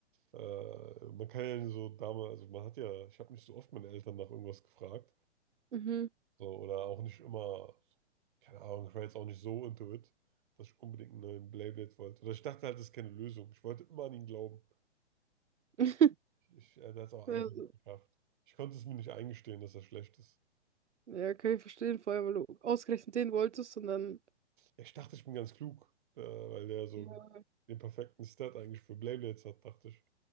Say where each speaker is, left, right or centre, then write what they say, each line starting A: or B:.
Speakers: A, on the right (about 45°); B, on the right (about 85°).
A: äh, man kann ja so damals, also man hat ja, ich habe nicht so oft meine Eltern nach irgendwas gefragt.
B: Mhm.
A: So, oder auch nicht immer, keine Ahnung, ich war jetzt auch nicht so into it, dass ich unbedingt einen neuen Beyblade wollte. Oder ich dachte halt, das ist keine Lösung. Ich wollte immer an ihn glauben.
B: <laughs>
A: Ich, er hat es auch
B: Also,
A: einfach nicht geschafft. Ich konnte es mir nicht eingestehen, dass er schlecht ist.
B: ja, kann ich verstehen, vor allem, weil du ausgerechnet den wolltest und dann.
A: Ja, ich dachte, ich bin ganz klug, äh, weil der so
B: Ja.
A: den perfekten Stat eigentlich für Beyblades hat, dachte ich.